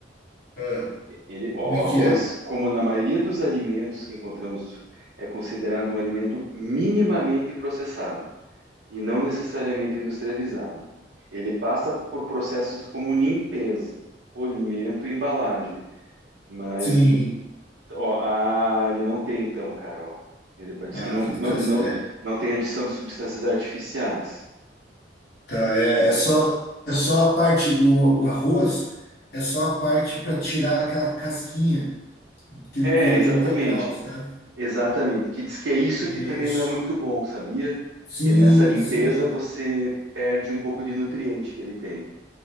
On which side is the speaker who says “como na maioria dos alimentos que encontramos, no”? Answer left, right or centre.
Right